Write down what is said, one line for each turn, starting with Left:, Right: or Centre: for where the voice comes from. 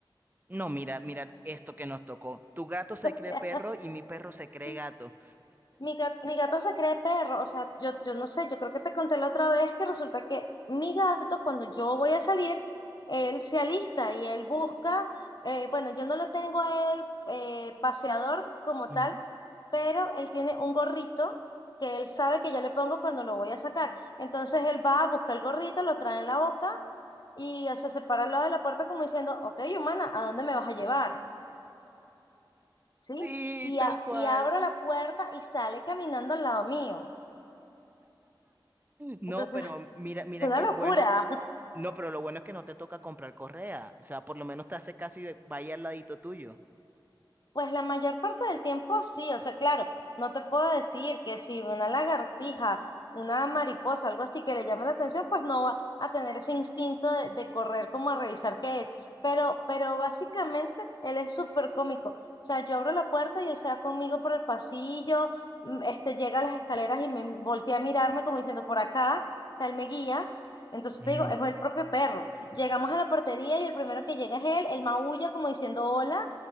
Right: no, mira, mira esto que nos tocó. Tu gato se cree
Left: <laughs>
Right: perro y mi perro se
Left: sí
Right: cree gato.
Left: Mi gato, mi gato se cree perro, o sea, yo, yo no sé, yo creo que te conté la otra vez que resulta que mi gato cuando yo voy a salir, él se alista y él busca, eh, bueno, yo no lo tengo a él eh, paseador como
Right: Ujú.
Left: tal, pero él tiene un gorrito que él sabe que yo le pongo cuando lo voy a sacar. Entonces él va a buscar el gorrito, lo trae en la boca y o sea, se para al lado de la puerta como diciendo, ok, humana, ¿a dónde me vas a llevar? ¿Sí?
Right: Sí,
Left: Y,
Right: tal
Left: a-
Right: cual.
Left: y abro la puerta y sale caminando al lado mío.
Right: No,
Left: Entonces,
Right: pero
Left: <laughs>
Right: mira, mira
Left: una
Right: qué
Left: locura.
Right: bueno que... No, pero lo bueno es que no te toca comprar correa. O sea, por lo menos te hace caso y vaya al ladito tuyo.
Left: Pues la mayor parte del tiempo sí, o sea, claro, no te puedo decir que si una lagartija, una mariposa, algo así que le llame la atención, pues no va a tener ese instinto de, de correr como a revisar qué es. Pero, pero básicamente él es súper cómico. O sea, yo abro la puerta y él se va conmigo por el pasillo, mm, este, llega a las escaleras y me voltea a mirarme como diciendo por acá, o sea, él me guía. Entonces
Right: Mm.
Left: te digo, es el propio perro. Llegamos a la portería y el primero que llega es él, él maulla como diciendo hola